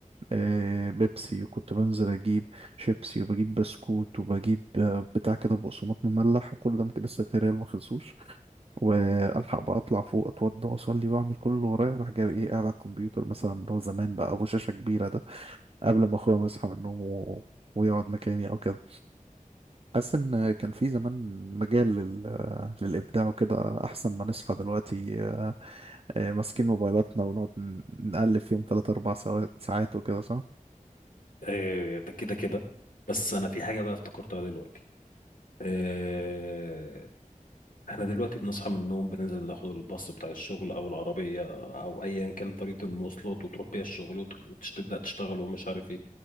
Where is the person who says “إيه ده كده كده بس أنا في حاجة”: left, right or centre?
Left